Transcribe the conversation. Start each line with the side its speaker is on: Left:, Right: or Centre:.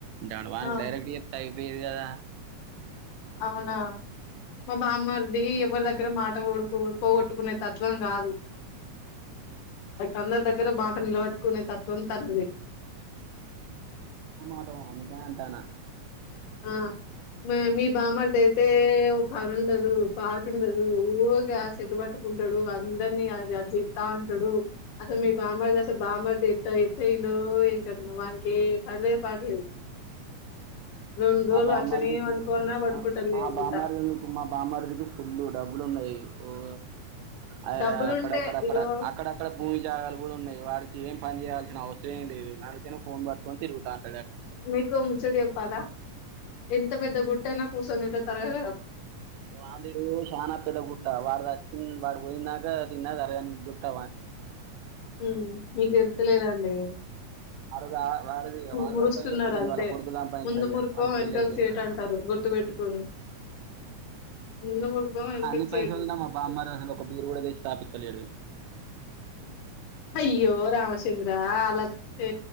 Right: దాని వాకి
Left: ఆ
Right: డైరెక్ట్ చెప్తే వేరు కదా
Left: అవునా మా బామ్మారిది ఎవరి దగ్గర మాట పొడ పోగొట్టుకునే తత్వం కాదు అందరి దగ్గర మాట నిలబట్టుకునే తత్వం తనది
Right: ఆ మాట అనకు అంటానా
Left: ఆ మా మీ బామర్ది అయితే ఓ పనిండదు పాటుండదు ఊగా ఆ సేల్లు పట్టుకుంటాడు అందరినీ అది ఎత్తా ఉంటాడు అసలు మీ బామ్మారిది అసలు బామ్మార్ది ఎ ఎట్టందో ఏం కథనో వానికి ఏ పనిలేదు పాటలేదు. రెండు
Right: మా
Left: రోజులు
Right: బామ్మారిదికి
Left: అట్లనే పనుకోన్నా పనుకుంటాడు
Right: మా మా
Left: లేవకుండా
Right: బామ్మారిదికు మా బామ్మారిదికి ఫుల్లు డబ్బులు ఉన్నాయి ఓ ఆ
Left: డబ్బులుంటే
Right: అక్కడక్కడక్కడ
Left: ఇగో
Right: అక్కడక్కడ భూమి జాగాలు కూడా ఉన్నాయి వాడికి ఏం పని చేయాల్సిన అవసరం ఏ లేదు. నాలెక్కనే ఫోన్ పట్టుకుని తిరుగుతాండు
Left: మీకు ముచ్చట చెప్పాలా ఎంత పెద్ద గుట్టనా కూర్సొని తింటే తరగద
Right: వాడిదో చానా పెద్ద గుట్ట వాడుచ్చింది వాడు పోయినాకా తిన్న తరగని గుట్ట వాడిది
Left: ఉమ్ మీకు తెళ్తలేదండి
Right: వద వది వదాం
Left: మురుస్తున్నారు
Right: ప పోతుంది
Left: అంతే
Right: వాళ్ళ కొడుకు దాం పస్తలే
Left: ముందు మురుపం
Right: వానకు
Left: వెనకకు
Right: ఫెయిల్ అయిపోయినాక
Left: చేటు అంటారు గుర్తుపెట్టుకోండి ముందు మురుపం వెనకకు
Right: అన్ని పైసలున్నా
Left: చేటు
Right: మా బామ్మారు అసలు ఒక పేరు కూడా తెచ్చి స్థాపిించలేడు
Left: అయ్యో రామచంద్ర అలా చే